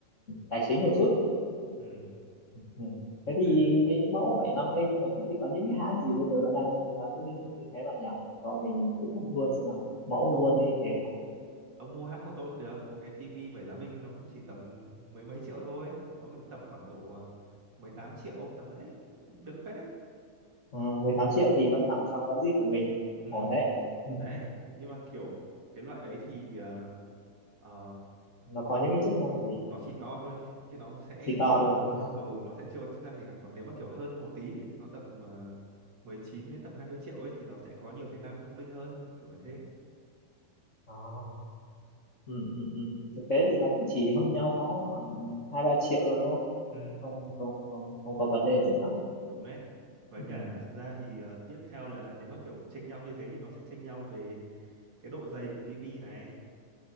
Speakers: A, on the left; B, on the right.
A: tài chính một chút
B: ừ
A: ừ. thế thì
B: đấy
A: cái mẫu 75 inch mà thế thì có những cái hãng gì bây giờ nó đang là như,
B: Ừ.
A: như thế bạn nhỉ cho mình tư vấn luôn xem nào mẫu
B: ông mua
A: luôn đi để
B: ông mua hãng của tôi cũng được một cái tivi 75 inch nó cũng chỉ tầm mấy mấy triệu thôi nó cũng tầm khoảng độ à, 18 triệu tầm đấy cũng được phết đấy
A: ờ, 18 triệu thì vẫn nằm trong budget
B: Ừ.
A: của mình
B: ừ
A: ổn đấy <laughs>
B: đấy nhưng mà kiểu cái loại đấy thì à, ờ,
A: nó có những cái chức năng gì
B: nó chỉ to thôi chứ nó sẽ
A: chỉ to
B: chưa
A: thôi à,
B: ừ
A: <laughs>
B: nó sẽ chưa có chức năng gì cả còn nếu mà kiểu hơn một tí nó tầm ờ, 19 đến tầm 20 triệu ấy thì nó sẽ có nhiều tính năng thông minh hơn kiểu như thế
A: À, ừ, ừ, ừ. thực tế thì nó cũng chỉ hơn nhau có khoảng hai ba triệu rồi đúng không
B: ừ
A: không không không không có vấn đề gì lắm
B: đúng đấy với
A: ừ,
B: cả thực ra thì ờ, tiếp theo là nếu mà kiểu chênh nhau như thế thì nó sẽ chênh nhau về cái độ dày của tivi này